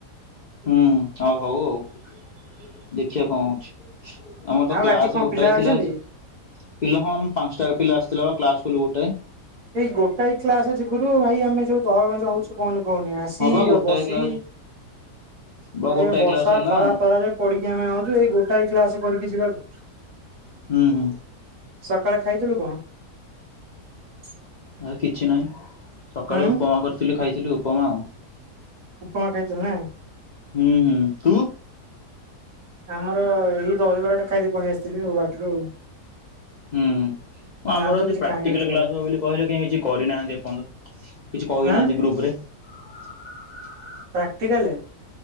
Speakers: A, on the left; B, on the right.
A: ହୁଁ ହଉ ହଉ ଆଉ ଦେଖିବା କଣ ହଉଛି? ଆମର ତ
B: ଆଉ
A: କ୍ଲାସ
B: ଆଜି କଣ
A: ଗୋଟାଏ
B: ପିଲା ଆଇଛନ୍ତି
A: ଥିଲା ପିଲା ହଁ ପାଞ୍ଚଟା ପିଲା ଆସିଥିଲା କ୍ଲାସ ଫୁଲ ଗୋଟାଏ।
B: ଏଇ ଗୋଟାଏ କ୍ଲାସ ଯଗୁରୁ ଭାଇ ଆମେ ଯୋଉ ଦହଗଞ୍ଜ ହଉଛୁ। କୁହନି କହୁନି ଆସି
A: ହଁ ବା ଗୋଟାଏ
B: ବସି
A: କ୍ଲାସ ବା
B: ଆ
A: ଗୋଟାଏ
B: ଏ ବସା
A: କ୍ଲାସ ହେଲା
B: ଖରା ତରାରେ ପଡିକି ଆମେ ଆଉଛୁ ଏଇ ଗୋଟାଏ କ୍ଲାସ କରିକି ଯିବାକୁ।
A: ହୁଁ ହୁଁ।
B: ସକାଳେ ଖାଇଥୀଲୁ କଣ? <inaudible>
A: ଆଉ କିଛି ନାହିଁ। ସକାଳେ
B: ହୁଁ
A: ଉପମା କରିଥିଲି ଖାଇଥିଲି। ଲି ଉପମା ଆଉ।
B: ଉପମା ଖାଇଥିଲୁ ନା।
A: ହୁଁ ହୁଁ। ତୁ?
B: ଆମର ଏଇ ଦହିବରା ଟା ଖାଇଦି ପଳେଇ ଆସିଥିଲି ଆଉ ବାଟରୁ ଆଉ।
A: ହୁଁ ଆମର
B: ଆଉ ତ କିଛି
A: ପ୍ରାକ୍ଟିକାଲ
B: ଖାଇନଥିଲି
A: କ୍ଲାସ
B: ଆଉ
A: ହବ ବୋଲି କହିଲେ କେହି କିଛି କରିନାହାନ୍ତି ଆପଣନ୍ତ କିଛି କହିନାହାନ୍ତି
B: ଆଁ।
A: ଗ୍ରୁପରେ। <unintelligible>
B: ପ୍ରାକ୍ଟିକାଲେ